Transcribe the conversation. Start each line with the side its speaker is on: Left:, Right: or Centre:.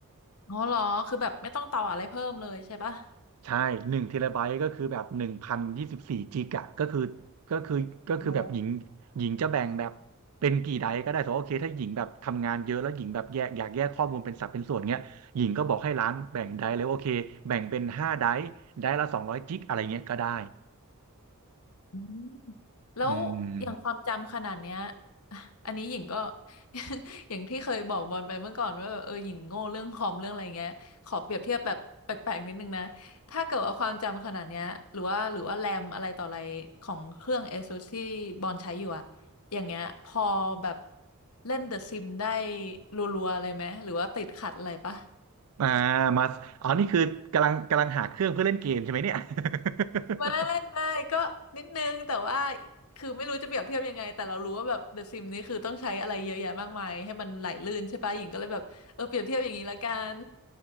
Left: อ๋อเหรอคือแบบไม่ต้องต่ออะไรเพิ่มเลยใช่ปะ
Right: ใช่หนึ่งเทราไบต์ก็คือแบบหนึ่งพันยี่สิบสี่จิกอะก็คือก็คือก็คือแบบหญิง
Left: โห
Right: หญิงจะแบ่งแบบเป็นกี่ไดก็ได้สมมติว่าโอเคถ้าหญิงแบบทำงานเยอะแล้วหญิงแบบแยกอยากแยกข้อมูลเป็นสัดเป็นส่วนเงี้ยหญิงก็บอกให้ร้านแบ่งไดเลยว่าโอเคแบ่งเป็นห้าไดไดละสองร้อยจิกอะไรเงี้ยก็ได้
Left: อืมแล้วอย่างความจำขนาดเนี้ย
Right: อืม
Left: <laughs> อันนี้หญิงก็ <laughs> อย่างที่เคยบอกบอลไปเมื่อก่อนว่าแบบเออหญิงโง่เรื่องคอมเรื่องอะไรเงี้ยขอเปรียบเทียบแบบแปลกๆนิดนึงนะถ้าเกิดว่าความจำขนาดเนี้ยหรือว่าหรือว่าแรมอะไรต่ออะไรของเครื่อง ASUS ที่บอลใช้อยู่อะอย่างเงี้ยพอแบบเล่นเดอะซิมได้รัวๆอะไรไหมหรือว่าติดขัดอะไรปะ
Right: อ่ามาอ๋อนี่คือกำลังกำลังหาเครื่องเพื่อเล่นเกมใช่ไหมเนี่ย <laughs>
Left: ไม่ไม่ก็นิดนึงแต่ว่าคือไม่รู้จะเปรียบเทียบยังไงแต่เรารู้ว่าแบบเดอะซิมนี่คือต้องใช้อะไรเยอะแยะมากมายให้มันไหลลื่นใช่ปะหญิงก็เลยแบบเออเปรียบเทียบอย่างนี้ละกัน